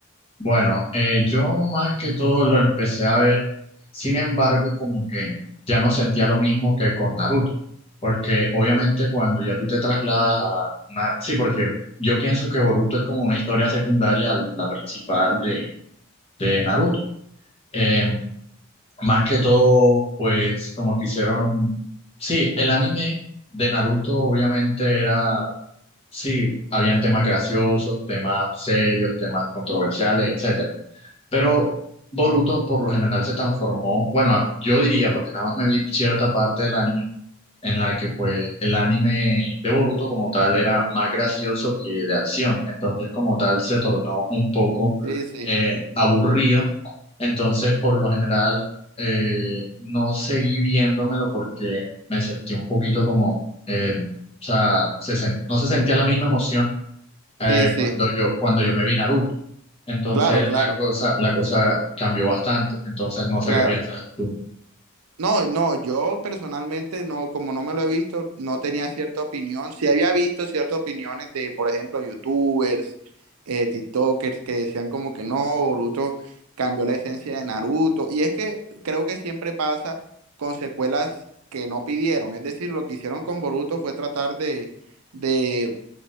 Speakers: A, on the left; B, on the right.
A: Bueno, eh, yo más que todo lo empecé a ver, sin embargo, como que ya no sentía lo mismo que con Naruto, porque obviamente cuando ya tú te trasladas a una... Sí, porque yo pienso que Boruto es como una historia secundaria a la principal de, de Naruto. Eh, más que todo, pues como que hicieron... Sí, el anime de Naruto obviamente era... Sí, habían temas graciosos, temas serios, temas controversiales, etcétera. Pero Boruto por lo general se transformó, bueno, a- yo diría, porque nada más me vi cierta parte del anime en la que pues el anime de Boruto como tal era más gracioso que de acción, entonces como tal se tornó un poco
B: Sí, sí,
A: eh, aburrido, entonces por lo general eh, no seguí viéndomelo porque me sentí un poquito como, eh, o sea, se sen- no se sentía la misma emoción eh,
B: sí, sí,
A: cuando yo, cuando yo me vi Naruto. Entonces
B: claro, claro,
A: la cosa, la cosa cambió bastante. Entonces no sé
B: claro.
A: qué piensas tú.
B: No, no, yo personalmente no, como no me lo he visto, no tenía cierta opinión. Sí había visto ciertas opiniones de, por ejemplo, youtubers, eh, TikTokers que decían como que no, Boruto cambió la esencia de Naruto. Y es que creo que siempre pasa con secuelas que no pidieron. Es decir, lo que hicieron con Boruto fue tratar de, de